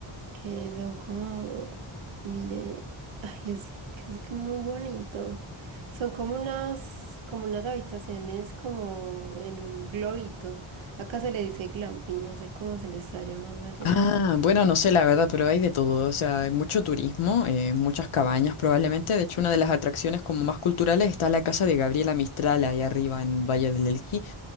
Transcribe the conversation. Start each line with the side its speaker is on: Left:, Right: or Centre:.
Right: que son como, mire, ay, es que es que muy bonito. Son como unas, como unas habitaciones como en un globito. Acá se le dice glamping, no sé cómo se le está llamando allá.
Left: Ah, bueno, no sé la verdad, pero hay de todo. O sea, hay mucho turismo, eh, muchas cabañas probablemente. De hecho, una de las atracciones como más culturales está la casa de Gabriela Mistral ahí arriba en Valle del Elqui.